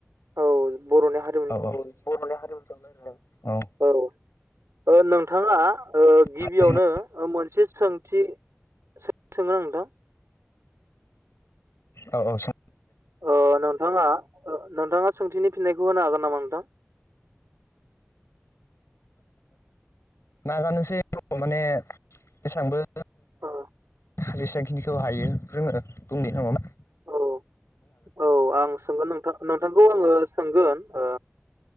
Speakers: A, on the right (about 85°); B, on the left (about 85°).
A: औ बर'नि हारि
B: औ औ औ।
A: औ ओ नोंथाङा ओ गिबियावनो
B: हारिमु
A: मोनसे सोंथि सो-सोंगोन आं नोंथां।
B: औ औ <unintelligible>
A: ओ नोंथाङा ओ नोंथाङा सोंथिनि फिननायखौ होनो हागोन नामा नोंथां?
B: नाजानोसै माने एबांबो
A: अ।
B: जेसां खिनिखौ हायो जोङो बुंनि नङा बा?
A: औ औ आं सोंगोन नोंथां नोंथांखौ आङो सोंगोन ओ